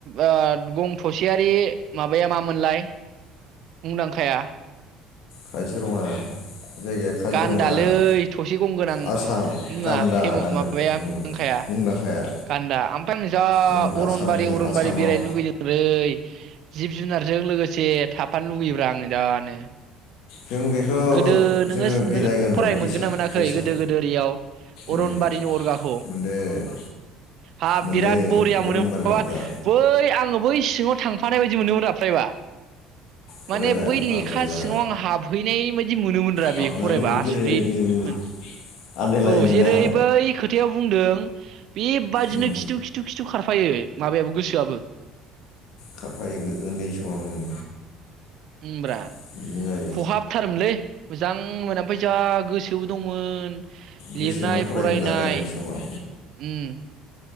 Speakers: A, on the right; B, on the left.
A: ओ गं थसेयारि माबाया मा मोनलाय? मुंदांखाया
B: काजिरङा जायगाया काजिरङा
A: गान्दालै थसे गं गोनां
B: आसाम
A: मुङा
B: गान्दा
A: <unintelligible>
B: गान्दा उम मुंदांखाया
A: गान्दा आमफ्राय आं जा
B: उम
A: अरनबारि
B: आसामनि
A: अरनबारि
B: आसामाव
A: बेरायनो लुगैदों लै। जिब जुनारजों लोगोसे थाफानो लुुबैयो ब्रा आङो जा नो।
B: जों बेखौ
A: गोदो नोङो
B: जोङो बेरायगोन
A: नोङो
B: र'
A: फरायनो
B: फैसा
A: मोनगोन ना मोनाखै
B: फैसा
A: गोदो गोदो ओरियाव, अरनबारिनि
B: उम
A: अरगाखौ?
B: मोनदों
A: हाब
B: मोनदों
A: बिराद बरिया
B: अरंबारि
A: मोनो माबा
B: नङा
A: बै आङो बै सि ङाव थांफानाय बायदि मोनोमोन रा फारायबा
B: फरायबा
A: माने बै
B: बाब्रायबा
A: लेखा सिङाव आं हाब नाय बायदि मोनोमोनब्रा
B: हाबनानै
A: बेखौ फरायबा आसुरितमोन।
B: बेरायनाय जोङो आन्दायलायोमोन
A: औ जेरै
B: ना
A: बै खोथा याव बुंदों बेबादिनो
B: उम
A: खिथु खिथु खिथु खारफायो। माबायाबो गोसोआबो।
B: खारफायो उन्दै समाव उम
A: उमब्रा
B: <unintelligible>
A: खहाबथारोमोनलै मोजां मोन ओमफ्राय जा गोसोबो दंमोन।
B: बे
A: लिरनाय
B: सोनानै फरायोमोन
A: फरायनाय
B: ना जों उन्दै समाव
A: उम।